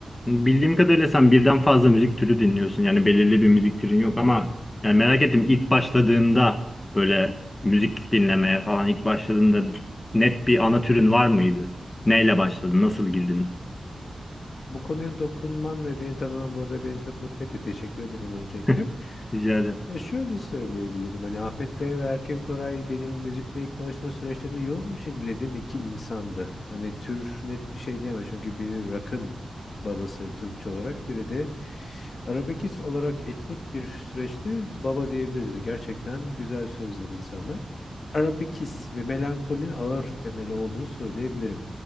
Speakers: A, on the left (about 25°); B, on the left (about 60°).
A: Bildiğim kadarıyla sen birden fazla müzik türü dinliyorsun. Yani belirli bir müzik türün yok ama yani merak ettim ilk başladığında böyle müzik dinlemeye falan ilk başladığında net bir ana türün var mıydı? Neyle başladın? Nasıl girdin?
B: Bu konuya dokunman ve beni tanıman bu arada beni çok mutlu etti. Teşekkür ederim öncelikle.
A: <laughs> Rica ederim.
B: Ya şöyle söyleyebilirim hani Ahmet Kaya ve Erken Koray benim müzikle ilk tanışma süreçlerinde yoğun bir şekilde dinlediğim iki insandı. Hani tür net bir şey diyemem çünkü biri rock'ın babası Türkçe olarak biri de arabekiz olarak etnik bir süreçte baba diyebiliriz. Yani gerçekten güzel sözler insanlar. Arabekiz ve melankolinin ağır temeli olduğunu söyleyebilirim.